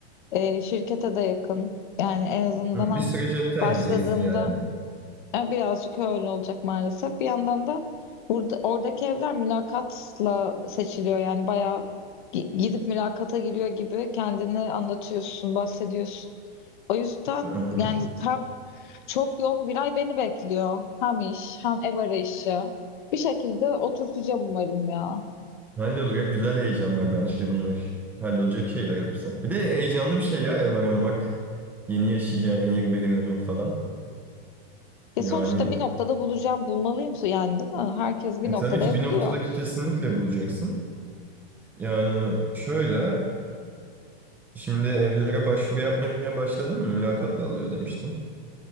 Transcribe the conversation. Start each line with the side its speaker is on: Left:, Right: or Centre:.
Left: E, şirkete de yakın. Yani en azından
Centre: Hı, Bir
Left: hem
Centre: süre cepten
Left: başladığımda
Centre: yiyeceksin yani.
Left: E, Birazcık öyle olacak maalesef. Bir yandan da burada oradaki evler mülakatla seçiliyor. Yani bayağı gi- gidip mülakata giriyor gibi kendini anlatıyorsun, bahsediyorsun. O yüzden
Centre: Aha.
Left: yani hem çok yoğun bir ay beni bekliyor. Hem iş, hem ev arayışı. Bir şekilde oturtacağım umarım ya.
Centre: Hallolur ya. Güzel heyecanlar bence bunlar. Hallolacak şeyler hepsi. Bir de heyecanlı bir şey ya ev aramak. Yeni yaşayacağın yeri belirlemek falan.
Left: Ya
Centre: Yani
Left: sonuçta bir noktada bulacağım, bulmalıyım yani değil mi? Herkes bir
Centre: e,
Left: noktada
Centre: tabii ki
Left: ev
Centre: bir
Left: buluyor.
Centre: noktada kesinlikle bulacaksın. Yani şöyle şimdi evlere başvuru yapmaya başladın mı? Mülakatla alıyor demiştin.